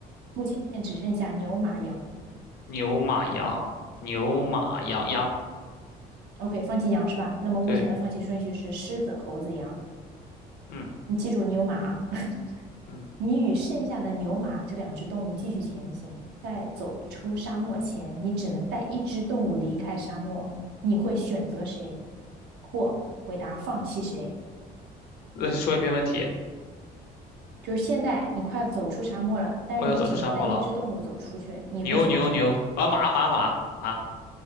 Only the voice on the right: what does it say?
目前只剩下牛、马、羊。
OK，放弃羊是吧？那么目前的放弃顺序是狮子、
猴子、羊。
你记住牛马啊。<laughs>
你与剩下的牛马这两只动物继续前行，在走出沙漠前，你只能带一只动物离开沙漠。你会选择谁，或回答放弃谁？
就是现在你快要走出沙漠了，但是你只能带一只动物走出去，
你会选谁？